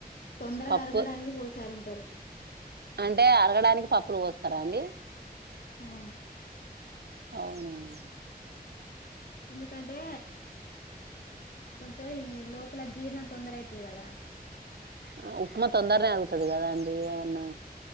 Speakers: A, on the left (about 65°); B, on the right (about 85°).
A: తొందరగా
B: పప్పు
A: అరగడానికి పోసారు ఉంటారు
B: అంటే అరగడానికి పప్పులు పోస్ పోస్తారా అండి
A: ఆ
B: అవున
A: ఎందుకంటే కొంచం ఇ లోపల జీర్ణం తొందర అయితది కదా
B: ఆ ఉప్మా తొందరనే ఆగతుది కదా అండి అవన్నా